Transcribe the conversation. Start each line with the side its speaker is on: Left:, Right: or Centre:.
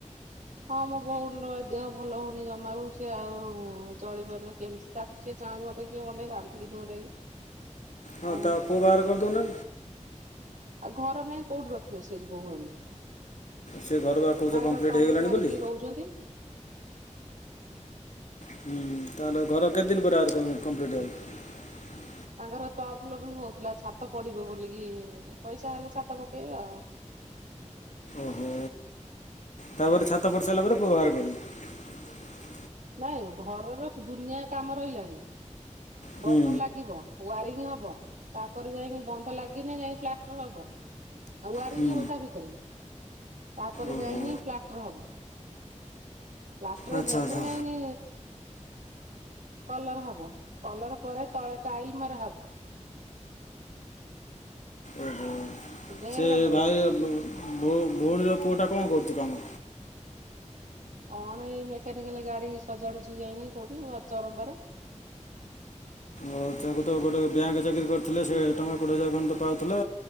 Right: ହଁ ମୋ ବୋଉ ମୁଣ୍ଡ ବା ଦେହ ଭଲ ହଉନି ଜମାରୁ ସେ ଆଉ ଚଳି ପାରୁନି କେମିତି ତାକୁ ସିଏ ଚାହୁଁଛି ମତେ କିଏ ଅଣ୍ଡେଇ ରାନ୍ଧିକି କି ଦିଅ ନ୍ତା କି।
Left: ହଁ
Right: ଆଉ
Left: ତା ପୁ ବାହାର କରଦୁ ନା
Right: ଆଉ ଘର ନାାଇଁ କୋଉଠି ରଖିବ ସେ ଗୋଉହାଳିୀ ତାଙ୍କର
Left: ସେ ଘର ବା କହୁଛ କମ୍ପ୍ଲିଟ୍
Right: ଟମ୍ବୁ
Left: ହେଇଗଲାଣି
Right: ମାରିକି
Left: ବୋଲି
Right: ରହୁଛନ୍ତି
Left: ହୁଁ ତା ରଘର କେତେ ଦିନଆଉ ପରେ ଆ କମ୍ପ୍ଲିଟ ହବ?
Right: ତାଙ୍କର ଟପ ଲେବଲ ହଉଥିଲା ଛାତ ପଡିବ ବୋଲିକି ପଇସା ହେଲେ ଛାତ ପକେଇବା ଆଉ।
Left: ଓହୋ ତାପରେ ଛାତ ପଡ଼ି ସାରିଲା ପରେ ପ୍ରବହାର କରିବ
Right: ନାଇଁ ଘରର ଦୁନିଆ କାମ ରହିଲାଣି
Left: ହୁଁ
Right: ବନ୍ଧ ଲାଗିବ ୱାରିଂ ହବ ତାପରେ ଯାଇକି ବନ୍ଧ ଲାଗିନି ଯାଇକି ପ୍ଲାଷ୍ଟର ହବ ଆଉ ୱାରିଙ୍ଗ
Left: ହୁଁ।
Right: ହବ ତା ଭିତରେ ତାପରେ
Left: ଓହୋ
Right: ଯାଇନି ପ୍ଲାଷ୍ଟର ହବ। ପ୍ଲାଷ୍ଟର
Left: ଆଚ୍ଛା
Right: ହେନି
Left: ଆଚ୍ଛା
Right: ଯାଇନି କଲର ହବ କଲର ପରେ ତଳେ ଟାଇଲ ମାର ହବ
Left: ଓହୋ।
Right: ଢେର
Left: ସେ
Right: କାମ ରହିଲାଣି
Left: ଭାଇଉ
Right: ଆହୁରି।
Left: ଭଉଣୀର ପୁଅ ଟା କଣ କରୁଛି କାମ।
Right: କଣ ଏଇ ମେକାନିକାଲ ଗାଡି ସଜାଡୁଛି ଯାଇନି କୋଉଠି ଚରମ୍ପାରେ?
Left: ଆଉ ତାକୁ ତ ଗୋଟେ ବ୍ୟାଙ୍କ ଚାକିରି କରିଥିଲେ ସେ ଟଙ୍କା କୋଡିଏ ହଜାର ମାନ ତ ପାଉଥିଲା